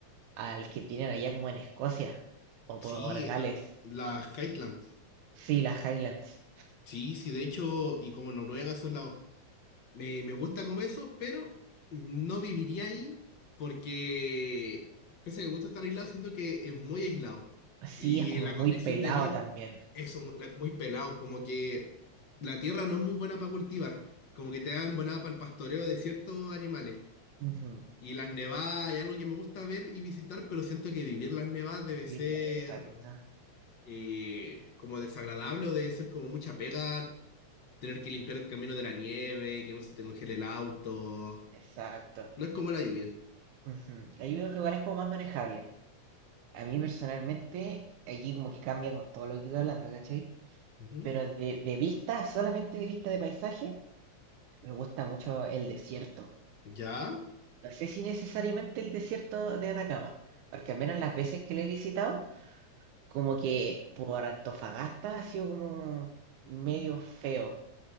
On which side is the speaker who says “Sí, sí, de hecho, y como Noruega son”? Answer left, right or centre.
Left